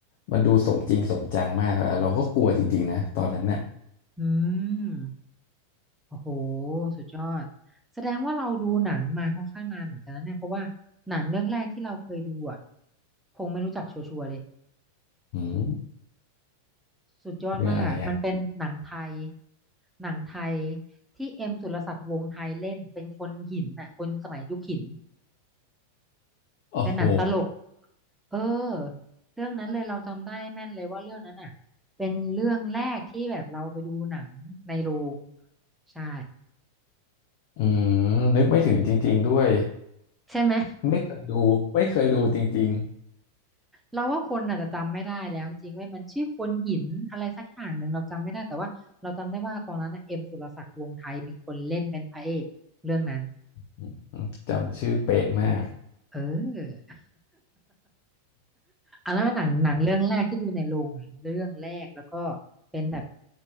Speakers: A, on the left; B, in the centre.
A: มันดูสมจริงสมจังมากอะเราก็กลัวจริงๆนะตอนนั้นน่ะ
B: อืมโอ้โหสุดยอดแสดงว่าเราดูหนังมาค่อนข้างนานเหมือนกันนะเนี่ยเพราะว่าหนังเรื่องแรกที่เราเคยดูอ่ะพงษ์ไม่รู้จักชัวร์ๆเลย
A: อืม
B: สุดยอดมากอะมันเป็นหนังไทย
A: เรื่องอะไรอ่ะ
B: หนังไทยที่เอ็มสุรศักดิ์วงศ์ไทยเล่นเป็นคนหินน่ะคนสมัยยุคหิน
A: โอ้โห
B: เป็นหนังตลกเออเรื่องนั้นเลยเราจำได้แม่นเลยว่าเรื่องนั้นอ่ะ เป็นเรื่องแรกที่แบบเราไปดูหนังในโรงใช่
A: อืมนึกไม่ถึงจริงๆด้วย
B: ใช่ไหม
A: ไม่เคยดูไม่เคยดูจริง
B: เราว่าคนอาจจะจำไม่ได้แล้วจริงๆเว้ยมันชื่อคนหินอะไรสักอย่างหนึ่งเราจำไม่ได้แต่ว่าเราจำได้ว่าตอนนั้นน่ะเอ็มสุรศักดิ์วงศ์ไทยเป็นคนเล่นเป็นพระเอกเรื่องนั้น
A: ๆอืมจำชื่อเป๊ะมาก
B: เออ อันนั้นเป็นหนังหนังเรื่องแรกที่ดูในโรงอะเรื่องแรกแล้วก็เป็นแบบ